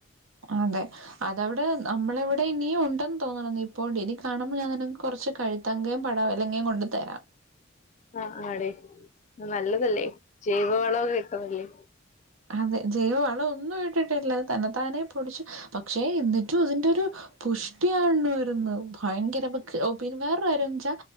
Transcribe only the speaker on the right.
അതെ. അതവ്ടെ നമ്മളെവ്ടെ ഇനിയും ഉണ്ടെന്ന് തോന്നണം. ന്നിപ്പോണ്ടി ഇനി കാണുമ്പ ഞാനിന ഞാനങ്ങനെ- കൊർച്ച് കഴുത്താങ്കയും പടവലങ്ങയും കൊണ്ട് തരാം.
അതെ. ജൈവ വളോ ഒന്നും ഇട്ടിട്ടില്ല. അത് തന്നെ താനേ പൊടിച്ചു. പക്ഷേ എന്ന്ട്ടും അത് ന്റെരു പുഷ്ടിയാണ് വരുന്ന്. ഭയങ്കര മ്മക്ക് ഓ പിന്നെ വേറെ കാര്യോ വെച്ചാ